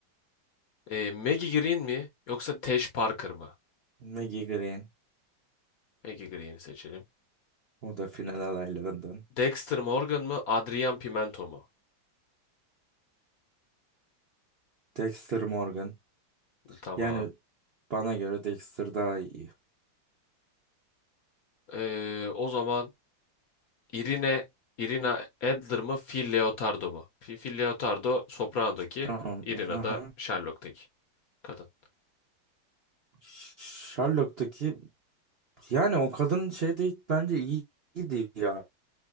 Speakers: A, on the left; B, on the right.
A: E, Maggie Green mi yoksa Tesh Parker mı?
B: Maggie Green.
A: Maggie Green'i seçelim.
B: O da final adaylarından.
A: Dexter Morgan mı, Adrian Pimento mu?
B: Dexter Morgan.
A: Tamam.
B: Yani bana göre Dexter daha iyi.
A: Ee, o zaman Irine Irina Adler mı Phil Leotardo mu? Fi- Phil Leotardo Soprano'daki,
B: Tamam.
A: Irina
B: Aha.
A: da Sherlock'taki kadın.
B: Sherlock'taki Yani o kadın şey değil bence iyi- iyiydi ya.